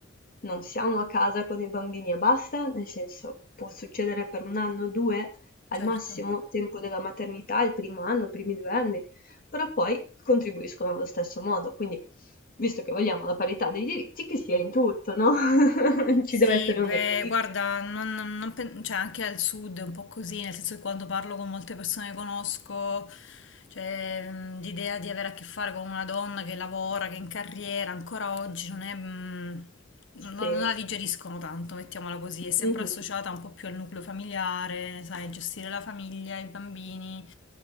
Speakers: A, on the left; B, on the left.
A: non siamo a casa con i bambini e basta, nel senso può succedere per un anno, due, al
B: certo.
A: massimo tempo della maternità, il primo anno, i primi due anni, però poi contribuiscono allo stesso modo, quindi visto che vogliamo la parità dei diritti, che sia in tutto, no? <laughs> Ci
B: Sì,
A: deve essere
B: beh,
A: un equilibrio.
B: guarda, non- non- non pen- cioè, anche al sud è un po' così, nel senso che quando parlo con molte persone che conosco, cioè, mh, l'idea di avere a che fare con una donna che lavora, che è in carriera, ancora oggi non è, mh, non,
A: Sì,
B: non la digeriscono tanto, mettiamola così, è sempre
A: Mhm,
B: associata un po' più al nucleo familiare, sai, gestire la famiglia, i bambini.